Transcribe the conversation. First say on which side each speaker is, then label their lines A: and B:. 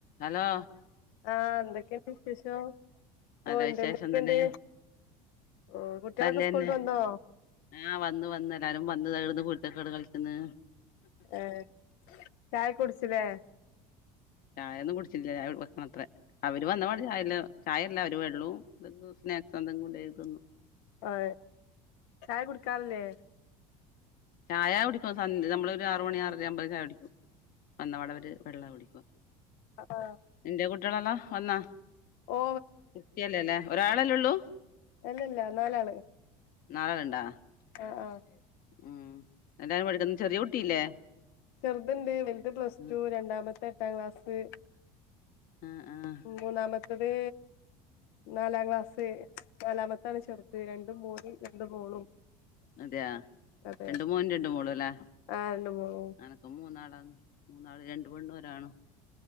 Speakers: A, on the left (about 55°); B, on the left (about 70°).
A: Hello
B: ആ എന്തൊക്കെണ്ട് വിശേഷം
A: നല്ല
B: ഓ
A: വിശേഷം
B: ണ്ട് എന്തൊക്കെണ്ട്
A: തന്നെ
B: ഓ കുട്ട്യേളൊക്കെ
A: നല്ലന്നെ
B: സ്കൂൾട്ട് വന്നോ
A: ആ വന്ന് വന്ന് എല്ലാരും വന്ന് <unintelligible> കളിക്ക്ന്ന്
B: ഏഹ് ചായ കുടിച്ചില്ലേ
A: ചായൊന്നും കുടിച്ചില്ല ചായ വെക്കണത്ര അവര് വന്നപാടെ ചായല്ല ചായല്ല അവര് വെള്ളവും സ്നാക്സ് <unintelligible>
B: ആ ചായ കുടിക്കാറില്ലേ
A: ചായാ കുടിക്കും സന്ധ്യാ നമ്മള് ഒര് ആറ് മണി ആറാരാമ്പേ ചായ കുടിക്കും വന്ന പാടെ അവര് വെള്ള കുടിക്കുക
B: ആഹ്
A: ഇന്റെ കുട്ട്യേളള്ള ഒന്നാ
B: ഓ
A: കുട്ടിയല്ലാല്ലേ ഒരാ തലൊള്ളൂ
B: അല്ലാ അല്ലാ നാലാള്
A: നാളെ ഇടണ്ട നീർന്നില്ലേ
B: ആഹ് ആഹ്
A: ഉം എല്ലാരും പഠിക്കുന്ന ചെറിയ കുട്ടിയില്ലേ
B: ചെറുതെണ്ട് വൽത് പ്ലസ്
A: ആ
B: ടു രണ്ടാമത്തെ എട്ടാം ക്ലാസ്
A: ആ ആ.
B: മൂന്നാമ ത്തത് നാലാം ക്ലാസ് നാലാമത്താണ് ചെറുത് രണ്ട് മോന് രണ്ട് മോളും
A: അതെയ
B: അതെ
A: രണ്ട് മോനും രണ്ട് മോളും അല്ലേ
B: ആഹ് രണ്ട് മോളും
A: അനക്ക മൂന്നാളാണ് മൂന്നാൾ രണ്ട് പെണ്ണും ഒരാണും